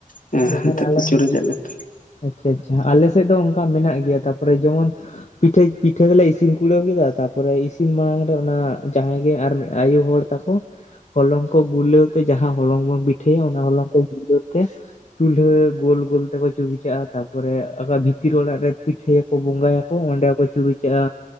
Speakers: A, on the left; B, on the left.
A: ᱦᱮᱸ
B: ᱩᱱ ᱡᱚᱠᱷᱟᱱ
A: ᱱᱮᱛᱟᱨ
B: ᱟᱞᱮ᱾
A: ᱠᱚ ᱪᱩᱨᱩᱡᱟᱜ ᱜᱮᱛᱮ
B: ᱟᱪᱪᱷᱟ ᱟᱪᱪᱷᱟ ᱟᱞᱮ ᱥᱮᱫ ᱫᱚ ᱚᱱᱠᱟ ᱢᱮᱱᱟᱜ ᱜᱮᱭᱟ ᱛᱟᱯᱚᱨᱮ ᱡᱮᱢᱚᱱ ᱯᱤᱴᱷᱟᱹ, ᱯᱤᱴᱷᱟᱹ ᱜᱮᱞᱮ ᱤᱥᱤᱱ ᱠᱩᱲᱟᱹᱣ ᱠᱮᱫᱟ ᱛᱟᱯᱚᱨᱮ ᱤᱥᱤᱱ ᱢᱟᱲᱟᱝ ᱨᱮ ᱚᱱᱟ ᱡᱟᱦᱟᱸᱭ ᱜᱮ ᱟᱨ ᱢᱤᱫ ᱟᱭᱳ ᱦᱚᱲ ᱛᱟᱠᱚ ᱦᱚᱞᱚᱝ ᱠᱚ ᱜᱩᱞᱟᱹᱣ ᱛᱮ ᱡᱟᱦᱟᱸ ᱦᱚᱞᱚᱝ ᱵᱚᱱ ᱯᱤᱴᱷᱟᱹᱭᱟ ᱚᱱᱟ ᱦᱚᱞᱚᱝ ᱛᱮ ᱜᱩᱞᱟᱹᱣ ᱛᱮ ᱪᱩᱞᱦᱟᱹ ᱜᱳᱞ ᱜᱳᱞ ᱛᱮᱠᱚ ᱪᱩᱨᱩ ᱪᱟᱜᱼᱟ ᱛᱟᱯᱚᱨᱮ ᱟᱠᱟ ᱵᱷᱤᱛᱤᱨ ᱚᱲᱟᱜ ᱨᱮ ᱯᱤᱴᱷᱟᱹᱣᱟᱠ ᱠᱚ ᱵᱚᱸᱜᱟ ᱭᱟᱠᱚ ᱚᱸᱰᱮ ᱦᱚᱸ ᱠᱚ ᱪᱩᱨᱩᱪᱟᱜᱼᱟ᱾